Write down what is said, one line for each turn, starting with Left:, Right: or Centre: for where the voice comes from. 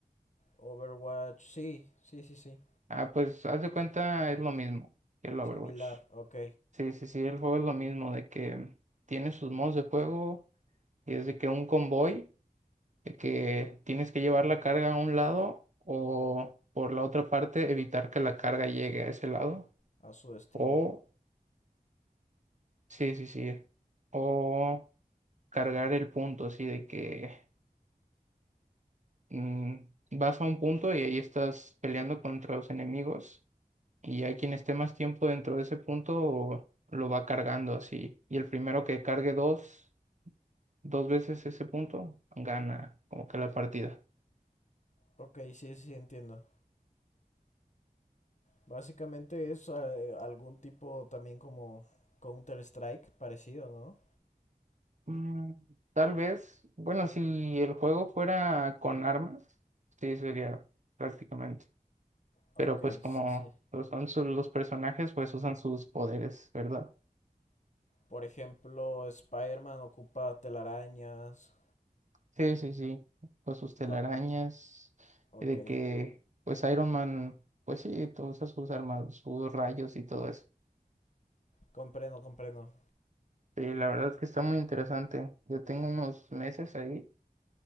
Left: Overwatch, sí, sí, sí, sí.
Right: Ah, pues haz de cuenta, es lo mismo que el Overwatch.
Left: Similar, ok,
Right: Sí, sí, sí, el juego es lo mismo, de que tiene sus modos de juego y es de que un convoy, de que tienes que llevar la carga a un lado o por la otra parte evitar que la carga llegue a ese lado.
Left: a su destino.
Right: O, sí, sí, sí, o cargar el punto, así de que mm, vas a un punto y ahí estás peleando contra los enemigos y hay quien esté más tiempo dentro de ese punto lo va cargando así. Y el primero que cargue dos, dos veces ese punto, gana como que la partida.
Left: Ok, sí, sí, entiendo. Básicamente es eh, algún tipo también como Counter-Strike parecido, ¿no?
Right: Mm, tal vez, bueno, si el juego fuera con armas, sí sería prácticamente.
Left: Ok,
Right: Pero pues como
Left: sí, sí.
Right: pues, son sus- los personajes, pues usan sus poderes, ¿verdad?
Left: Por ejemplo, Spider-Man ocupa telarañas.
Right: Sí, sí, sí. Pues sus telarañas,
Left: Ah, ok,
Right: de que pues Iron Man, pues sí, todas sus armas, sus rayos y todo eso.
Left: comprendo, comprendo.
Right: Sí, la verdad es que está muy interesante. Yo tengo unos meses ahí,